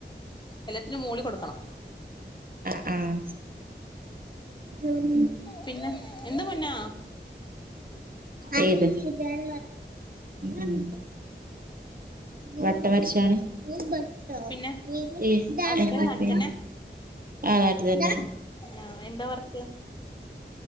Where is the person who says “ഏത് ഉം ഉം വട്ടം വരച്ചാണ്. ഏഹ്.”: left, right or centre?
Right